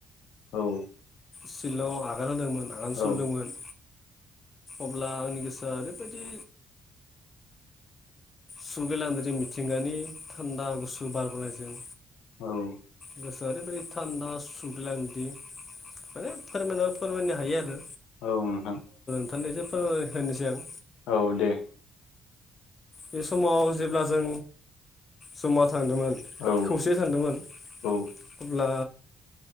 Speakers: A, on the left (about 80°); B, on the left (about 35°).
A: औ
B: सिशलंआव आगान होदोंमोन आगान सुरदोंमोन
A: औ
B: अब्ला आंनि गोसोआ ओरैबायदि सुगैलाय लांदोंदि मिथिंगानि थान्दा गुसु बारबोनायजों
A: औ
B: गोसोआ ओरैबायाददि थान्दा सुगलांदि माने फोरमायनाबा फोरमायनो हायो आरो
A: औ नोंथां
B: थारनायसोफोर होनोसै आं
A: औ दे
B: बे समाव जेब्ला जों जमा थांदोंमोन
A: औ
B: खौसेयै थांदोंमोन
A: औ
B: अब्ला